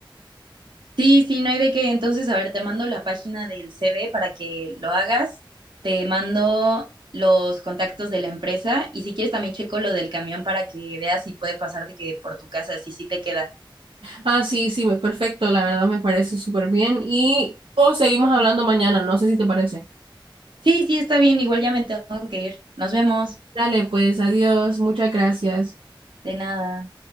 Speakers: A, on the right; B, on the right.
A: Sí, sí, no hay de qué. Entonces, a ver, te mando la página del CV para que lo hagas. Te mando los contactos de la empresa y si quieres también checo lo del camión para que veas si puede pasarte que por tu casa, si sí te queda.
B: Ah, sí, sí, me- perfecto, la verdad me parece súper bien. Y o seguimos hablando mañana, no sé si te parece.
A: Sí, sí, está bien. Igual ya me tengo que ir. Nos vemos.
B: Dale, pues, adiós, muchas gracias.
A: De nada.